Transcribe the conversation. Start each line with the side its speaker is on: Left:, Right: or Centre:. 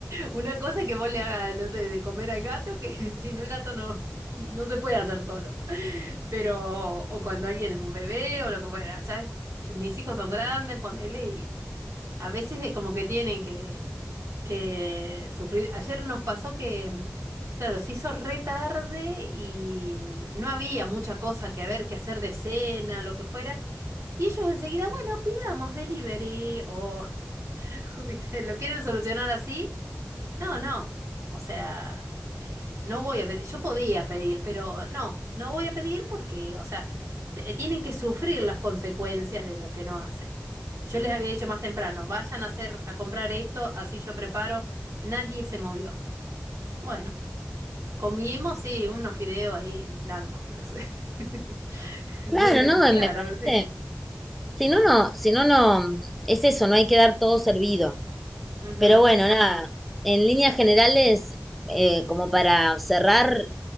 Right: Una cosa es que vos le hagas lo de, de comer al gato, que <laughs> si no el gato no, no se puede hacer solo. Pero, o cuando alguien es un bebé o lo que fuera, ya es- mis hijos son grandes, ponele, y a veces es como que tienen que, que sufrir. Ayer nos pasó que, mm, claro, se hizo re tarde y no había mucha cosa que a ver, que hacer de cena, lo que fuera. Y ellos enseguida, bueno, pidamos delivery o... <laughs> ¿Viste? ¿Lo quieren solucionar así? No, no. O sea, eh, no voy a pedir. Yo podía pedir, pero no, no voy a pedir porque, o sea, t- eh, tienen que sufrir las consecuencias de lo que no hacen. Yo les había dicho más temprano, vayan a hacer, a comprar esto, así yo preparo. Nadie se movió. Bueno, comimos, sí, unos fideos ahí blancos, no sé. <laughs> No
Centre: Claro,
Right: hubo,
Centre: no,
Right: claro,
Centre: me parece,
Right: sí.
Centre: si no, no, si no, no, es eso, no hay que dar todo servido.
Right: Ujú.
Centre: Pero bueno, nada, en líneas generales, eh, como para cerrar,